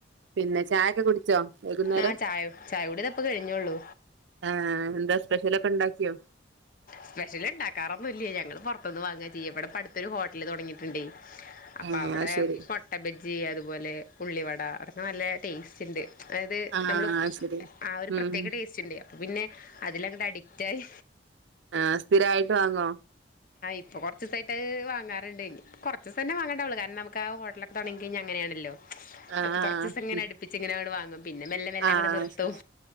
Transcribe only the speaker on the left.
ആ ചായ ചായ കുടി ഇതപ്പം കഴിഞ്ഞുള്ളൂ
സ്പെഷല് ഉണ്ടാക്കാറൊന്നും ഇല്ലേ ഞങ്ങള്ൾ പുറത്തുന്ന് വാങ്ങാ ചെയ്യ ഇടപ്പ പ അടുത്ത ഒരു ഹോട്ടലില് തുടങ്ങിയിട്ടുണ്ടേ അപ്പ
അവിടെ
ഇഞ്ചി അതുപോലെ ഉള്ളിവട അതൊക്കെ നല്ല ടേസ്റ്റ് ഉണ്ട് അതായത്
നമ്മൾ
ആ ഒരു
പ്രത്യേക ടേസ്റ്റ് ഉണ്ട് അപ്പോം പിന്നെ അതിൽങ്ങട്ട് അഡിക്റ്റായി
ഇറ ദസമായിട്ട്ത് വാറുണ്ട് കുറച്ച് ദസ തന്ന വങ്ങണ്ടാവുള്ളൂ കാരണംമുക്ക് ആ ഹോട്ടലക്കെ തുടങ്ങിഴിഞ്ഞ അങ്ങനാണല്ലോ
ഇപ്പൊ
കുറച്ച ദിവസം ഇങ്ങനെ
അടുപ്പിച്ചച്ച് ഇങ്ങനെ അവിടെ വാങ്ങും പിന്നെ മെല്ലെ മെല്ലാം
അങ്ങടെ നർത്തവും